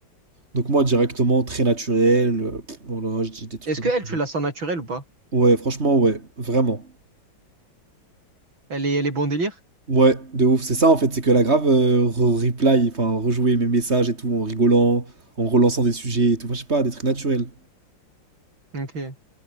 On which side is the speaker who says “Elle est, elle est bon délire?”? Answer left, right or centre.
Right